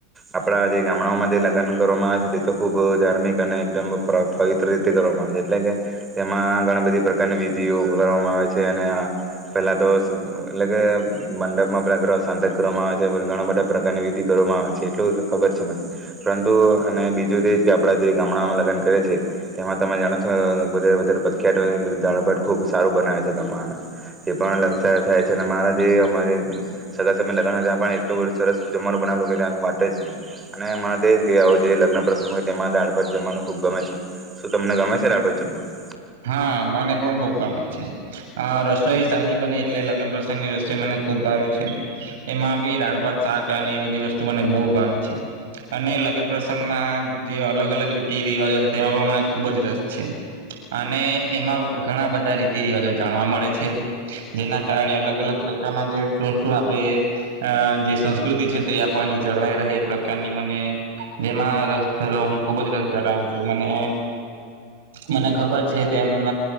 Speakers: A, on the right; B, on the right.
A: આપણા જે ગામડાઓમાં જે લગન કરવામાં આવે છે, તે તો ખુબ ધાર્મિક અને એકદમ પવિત્ર રીતે કરવામાં આવે છે એટલે કે તેમાં ઘણી બધી પ્રકારની વિધિઓ કરવામાં આવે છે અને પેલા તો એટલે કે મંડપમાં બધા સાંતક કરવામાં આવે છે ઘણા બધા પ્રકારની વિધિ કરવામાં આવે છે એટલું ખબર છે મને પરંતુ અને બીજું તો એજ કે આપડા જે ગામડામાં લગન કરે છે તેમાં તમે જાણો વધારે વધારે પ્રખ્યાત હોય બધું દાળભાત ખૂબ સારું બનાવે છે ગમવાના તે પણર થાય છે અને મારા જે અમારે સગા સંબંધી લગન હોય એમાં પણ એટલું સરસ જમવાનું બનાવેલુ કે ત્યાં વાત જ નહીં અને મતે જે હોય એ લગ્ન પ્રસંગ હોય તેમાં દાળભાત જમવાનું ખૂબ ગમે છે શું તમને ગમે છે? છે દાળ ભાત જમવાનું
B: હા મને પણ બહુ ગમે છે. આ રસોઈ સારી બને એટલે લગ્ન પ્રસંગની રસોઈ મને ખૂબ ભાવે છે. એમાં બી દાળ, ભાત, શાક અને એ બધી વસ્તુ મને બહુ ભાવે છે અને લગ્ન પ્રસંગમાં જે અલગ અલગ રીતિ રિવાજો છે તેમાં પણ મને ખૂબ જ રસ છે. અને એમાં ઘણા બધા રીતિ રિવાજો જાણવા મળે છે. જેના કારણે અલગ અલગ પ્રકારના જે શું શું આપણે અ જે સંસ્કૃતિ છે તે આપલાની જળવાઈ રહે એ પ્રકારની મને જેમાં રસ ધરાવ હું ખુબ જ રસ ધરાવું છું મને મને ખબર છે તેમ